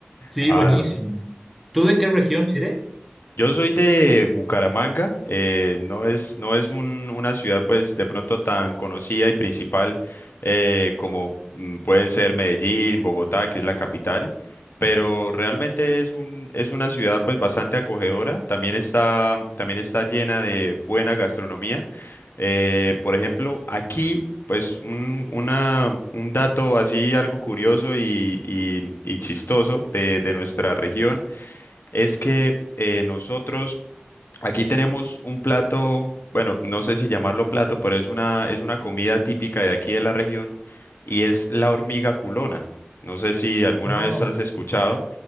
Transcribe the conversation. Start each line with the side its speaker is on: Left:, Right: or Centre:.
Centre: Sí,
Left: Ah,
Centre: buenísimo.
Left: no,
Centre: ¿Tú de qué región eres?
Left: yo soy de Bucaramanga, eh, no es, no es un- una ciudad pues de pronto tan conocida y principal eh, como mm, pueden ser Medellín, Bogotá, que es la capital, pero realmente es un, es una ciudad pues bastante acogedora, también está, también está llena de buena gastronomía. Eh, por ejemplo, aquí pues un, una, un dato así algo curioso y, y- y chistoso de de nuestra región es que eh, nosotros aquí tenemos un plato, bueno, no sé si llamarlo plato, pero es una, es una comida típica de aquí de la región y es la hormiga culona. No sé si alguna
Centre: No.
Left: vez has escuchado,